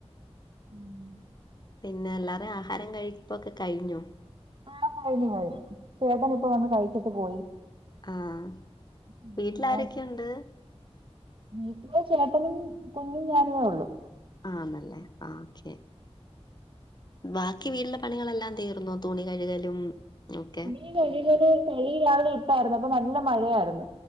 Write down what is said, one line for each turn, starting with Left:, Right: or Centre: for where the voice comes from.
Right: ഉം
Left: പിന്നെ എല്ലാവാരും ആഹാരം കഴിപ്പൊക്കെ കഴിഞ്ഞോ
Right: ആഹ് കഴിഞ്ഞു കഴിഞ്ഞു ചേട്ടൻ ഇപ്പം വന്ന് കഴിച്ചിട്ട് പോയി
Left: ആഹ്
Right: പിന്നെ
Left: വീട്ടില്
Right: മോൻ
Left: ആരൊക്കെയുണ്ട്
Right: വീട്ടില് ചേട്ടനും കുഞ്ഞും ഞാനമേ ഉള്ളൂ
Left: ആണല്ലേ ആഹ് ഓക്കെ ബാക്കി വീട്ടിലെ പണികളെല്ലാം തീർന്നോ തുണി കഴുകലും ഒക്കെ
Right: തുണി കഴുകല് കഴി രാവിലെ ഇട്ടായിരുന്നു അപ്പൊ നല്ല മഴയായിരുന്നു